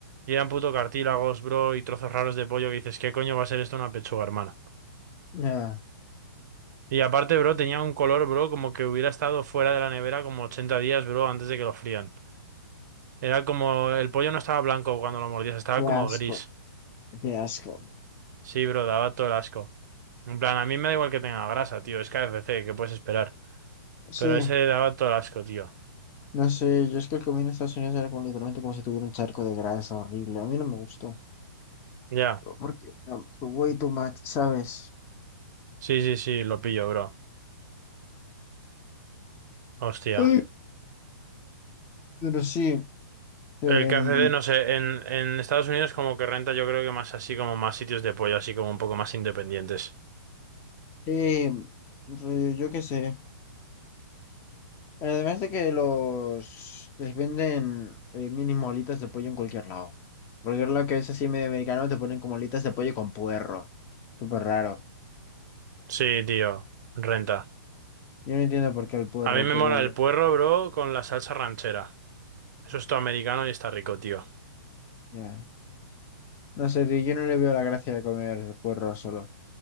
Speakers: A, on the right (about 55°); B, on the left (about 20°).
A: y eran puto cartílagos, bro, y trozos raros de pollo que dices, ¿qué coño va a ser esto una pechuga, hermana?
B: ya,
A: Y aparte, bro, tenía un color, bro, como que hubiera estado fuera de la nevera como 80 días, bro, antes de que lo frían. Era como, el pollo no estaba blanco cuando lo mordías, estaba
B: Qué
A: como
B: asco,
A: gris.
B: qué asco.
A: Sí, bro, daba todo el asco. En plan, a mí me da igual que tenga grasa, tío, es KFC, ¿qué puedes esperar? Pero
B: Sí,
A: ese daba todo el asco, tío.
B: no sé, yo es que el comida en Estados Unidos era como literalmente como si tuviera un charco de grasa horrible. A mí no me gustó,
A: Ya,
B: porque um, way too much, ¿sabes?
A: sí, sí, sí, lo pillo, bro. Hostia.
B: Ay, Pero sí, em,
A: El KFC, no sé, en, en Estados Unidos como que renta yo creo que más así como más sitios de pollo, así como un poco más independientes.
B: eh, rollo, yo qué sé. Además de que los les venden eh, mini molitas de pollo en cualquier lado. Cualquier lado que es así medio americano te ponen como alitas de pollo con puerro. Súper raro.
A: Sí, tío, renta.
B: Yo no entiendo por qué el puerro,
A: A mí me
B: pero
A: mola el puerro, bro, con la salsa ranchera. Eso es todo americano y está rico, tío.
B: ya. No sé, tío, yo no le veo la gracia de comer puerro solo.